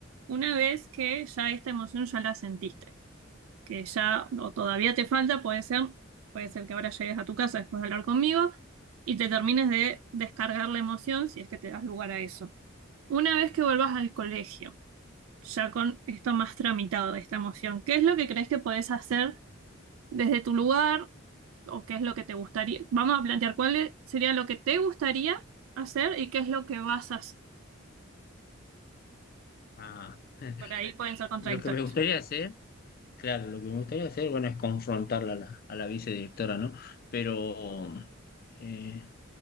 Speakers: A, on the right; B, on the left.
A: una vez que ya esta emoción ya la sentiste, que ya o todavía te falta, puede ser, puede ser que ahora llegues a tu casa después de hablar conmigo y te termines de descargar la emoción si es que te das lugar a eso. Una vez que vuelvas al colegio, ya con esto más tramitado, de esta emoción, ¿qué es lo que crees que podés hacer desde tu lugar o qué es lo que te gustaría? Vamos a plantear cuál es- sería lo que te gustaría hacer y qué es lo que vas a hacer.
B: Ah, <laughs>
A: Por ahí pueden ser contradictorios.
B: lo que me gustaría hacer, claro, lo que me gustaría hacer, bueno, es confrontarla a la, a la vicedirectora, ¿no? Pero, eh,